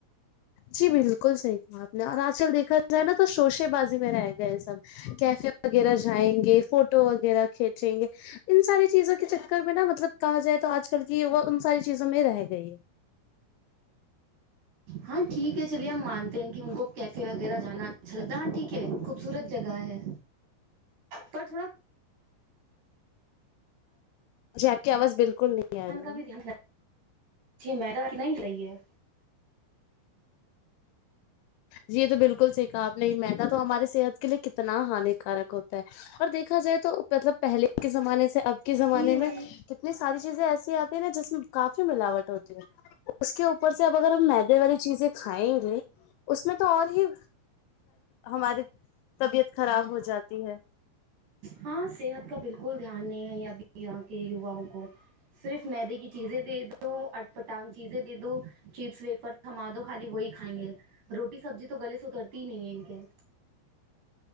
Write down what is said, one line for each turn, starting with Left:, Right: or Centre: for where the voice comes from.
Left: جی بالکل صحیح کہاآپ نے اور آج کل دیکھا جائے نا تو شوشے بازی میں رہ گئے سب کیفے وغیرہ جائیں گے فوٹو وغیرہ کھینچیں گے ان ساری چیزوں کے کے چکر میں نا مطلب کہا جائے تو آج کل کی وہ ان ساری چیزوں میں رہ گئی ہے
Right: ہاں ٹھیک ہے چلیے ہم مانتے ہیں کہ ان کو کیفے وغیرہ جانا اچھا لگتا ہاں ٹھیک ہے خوبصورت جگہ ہے پر تھوڑا
Left: ج آ کی آواز بالکل نہیں آ
Right: <unintelligible>
Left: رہی
Right: کا
Left: ہے
Right: بھی دھیان میدا اتنا ہی صحیح ہے
Left: جی یہ تو بالکل صحیح کہا آپ نہیں میدا تو ہماری صحت کے لیے کتنا ہانیکارک ہوتا ہے اور دیکھا جائے تو مطلب پہلے کے زمانے سے اب ک زمانے
Right: جی بھائی
Left: میں کتنی ساری چیزیں ایسی آتی ہیں نا جس میں کافی ملاوٹ ہوتی ہے اس کے اوپر سے اب اگر ہم مدے والی چیزیں کھائیں گے اس میں تو اور ہی ہماری طبیعت خراب ہو جاتی ہے
Right: ہاں صحت کا بالکل دھیان نہیں ہے ابھی یہاں کے یواؤں کو صرف میدے کی چیزیں دے دو اٹ پٹانگ چیزیں دے دو چیپس ویفر تھما دو خالی وہی کھائیں گے روٹی سبزی تو گلے سے اترتی ہی نہیں ہے ان کے